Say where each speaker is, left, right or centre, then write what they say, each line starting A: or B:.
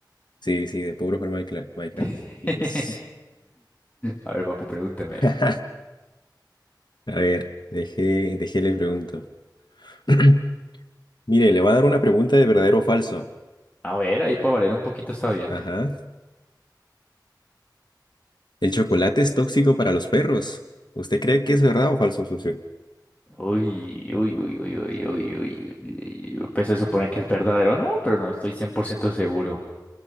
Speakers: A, on the left (about 70°); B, on the left (about 20°).
A: Sí, sí, de puro jugar Minecraft. Minecraft.
B: <laughs>
A: Quizás.
B: A ver, papu, pregúnteme.
A: <laughs> A ver, dejé, dejé le pregunto. <clears throat> Mire, le voy a dar una pregunta de verdadero o falso.
B: A ver, ahí para variar un poquito está bien.
A: Ajá. ¿El chocolate es tóxico para los perros? ¿Usted cree que es verdad o falso, socio?
B: Uy, uy, uy, uy, uy, uy, uy. uy. Pues se supone que es verdadero, ¿no? Pero no estoy 100% seguro.